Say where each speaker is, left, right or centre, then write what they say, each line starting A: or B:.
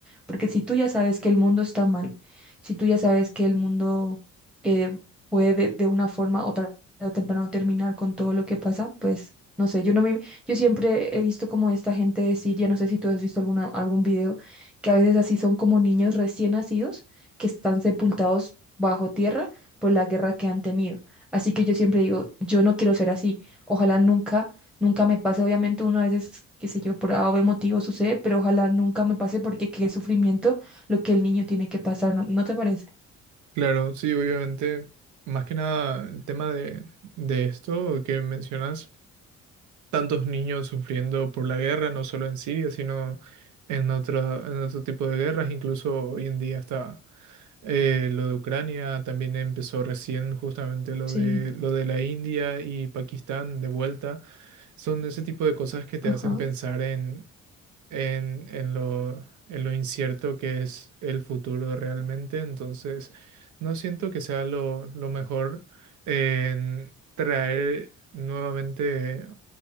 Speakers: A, in the centre; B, on the right.
A: Porque si tú ya sabes que el mundo está mal, si tú ya sabes que el mundo eh, puede de, de una forma o tarde o temprano terminar con todo lo que pasa, pues no sé, yo no me, yo siempre he visto como esta gente de Siria, no sé si tú has visto alguna, algún video, que a veces así son como niños recién nacidos que están sepultados bajo tierra por la guerra que han tenido. Así que yo siempre digo, yo no quiero ser así Ojalá nunca, nunca me pase. Obviamente uno a veces, qué sé yo, por A o B motivo sucede, pero ojalá nunca me pase porque qué sufrimiento lo que el niño tiene que pasar, ¿no, no te parece?
B: Claro, sí, obviamente, más que nada el tema de, de esto que mencionas. tantos niños sufriendo por la guerra, no solo en Siria, sino en otra, en otro tipo de guerras. Incluso hoy en día está eh, lo de Ucrania, también empezó recién justamente lo
A: Sí,
B: de, lo de la India y Pakistán de vuelta. Son ese tipo de cosas que te
A: ajá,
B: hacen pensar en, en lo, en lo incierto que es el futuro realmente. Entonces, no siento que sea lo, lo mejor en traer nuevamente